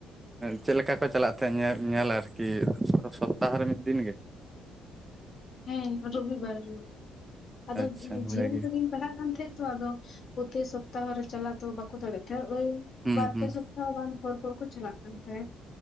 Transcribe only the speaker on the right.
ᱪᱮᱜ ᱞᱮᱠᱟ ᱠᱚ ᱪᱟᱞᱟᱜ ᱛᱟᱦᱮᱸᱜ ᱧᱮᱞ ᱧᱮᱞ ᱟᱨᱠᱤ ᱥᱚᱯᱛᱟᱦᱚ ᱨᱮ ᱢᱤᱫ ᱫᱤᱱ ᱜᱮ᱾
ᱟᱪᱪᱷᱟ ᱵᱷᱟᱜᱮ
ᱦᱩᱸ
ᱦᱩᱸ